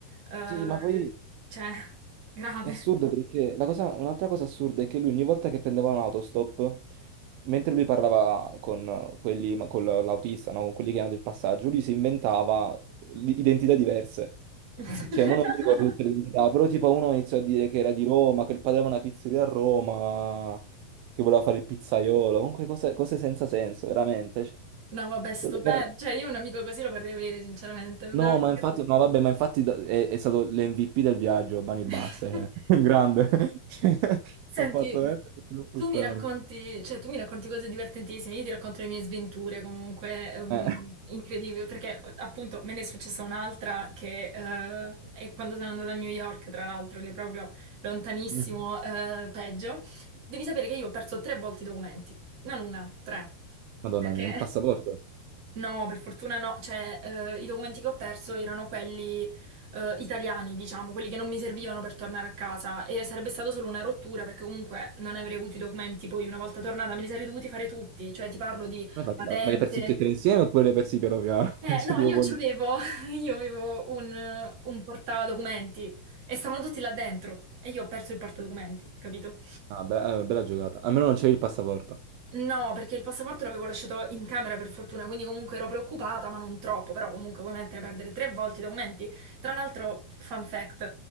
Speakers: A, on the right; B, on the right.
A: eh,
B: Sì, ma poi
A: cioè, grave.
B: è assurdo perché la cosa- un'altra cosa assurda è che lui ogni volta che prendeva un autostop, mentre lui parlava con quelli, ma con l'autista, no? Con quelli che erano del passaggio, lui si inventava l- identità diverse.
A: <laughs>
B: Cioè, mo non mi ricordo tutte le identità, però tipo uno iniziò a dire che era di Roma, che il padre aveva una pizzeria a Roma, che voleva fare il pizzaiolo, comunque cose, cose senza senso, veramente. cioè,
A: No, vabbè, stupendo.
B: cosa- veramente.
A: Cioè, io un amico così lo vorrei avere, sinceramente, è meraviglioso.
B: No, ma infatti, no, vabbè, ma infatti da- è, è stato l'MVP del viaggio, Bani
A: <laughs>
B: Basta, cioè. <laughs> Un Grande. <laughs> Cioè,
A: Senti,
B: Ha fatto veramente troppo
A: Tu
B: strano.
A: mi racconti, cioè, tu mi racconti cose divertentissime, io ti racconto le mie sventure comunque ehm,
B: Eh.
A: incredibili, perché appunto me ne è successa un'altra che eh, è quando sono andata a New York, tra l'altro, che è proprio lontanissimo,
B: <laughs>
A: eh, peggio. Devi sapere che io ho perso tre volte i documenti, non una, tre,
B: Madonna
A: perché
B: mia, il passaporto.
A: No, per fortuna no, cioè eh, i documenti che ho perso erano quelli eh, italiani, diciamo, quelli che non mi servivano per tornare a casa e sarebbe stata solo una rottura perché comunque non avrei avuto i documenti, poi una volta tornata me li sarei dovuti fare tutti, cioè ti parlo di
B: Come hai
A: patente.
B: fatto? Ma me le hai persi tutti e tre insieme oppure le hai persi piano piano?
A: Eh,
B: <laughs> Cioè,
A: no,
B: tipo,
A: io
B: poi-
A: c'avevo, <laughs> io avevo un, un portadocumenti e stavano tutti là dentro e io ho perso il portadocumenti, capito?
B: Ah, bella, eh, bella giocata. Almeno non c'è il passaporto.
A: No, perché il passaporto l'avevo lasciato in camera per fortuna, quindi comunque ero preoccupata, ma non troppo, però comunque come mettere a perdere tre volte i documenti? Tra l'altro, fun fact,